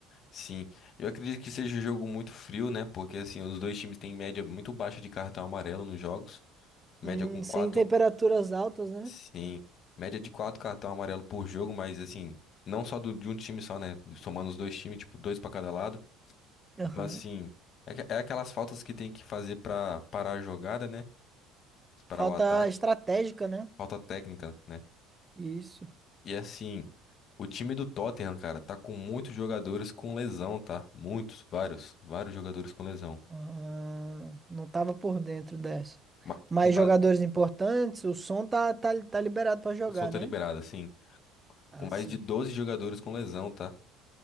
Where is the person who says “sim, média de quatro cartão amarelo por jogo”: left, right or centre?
Left